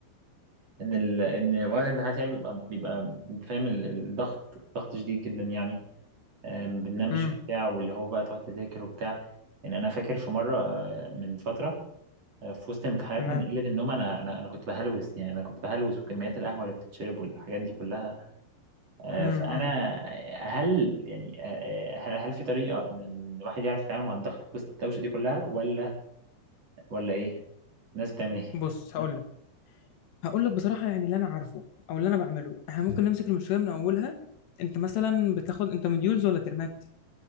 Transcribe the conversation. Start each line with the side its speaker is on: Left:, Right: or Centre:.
Right: ان ال... ان وقت الامتحانات يعني بيبقى بيبقى انت فاهم ال- الضغط ضغط شديد جدا يعني آه، ما بننامش
Left: امم
Right: وبتاع واللي هو بقى تقعد تذاكر وبتاع يعني انا فاكر في مره آه، من فتره آه، في وسط الامتحانات
Left: تمام
Right: من قله النوم انا انا انا كنت بهلوس يعني انا كنت بهلوس وكميات القهوه اللي بتتشرب والحاجات دي كلها آه،
Left: امم
Right: فانا هل يعني آه، آه، هل هل في طريقه ان إن الواحد يعرف يتعامل مع الضغط في وسط الدوشه دي كلها ولا ولا ايه الناس بتعمل ايه
Left: بص هقول لك هقول لك بصراحة يعني اللي أنا عارفه أو اللي أنا بعمله إحنا ممكن
Right: مم.
Left: نمسك المشكلة من أولها أنت مثلا بتاخد أنت مديولز ولا ترمات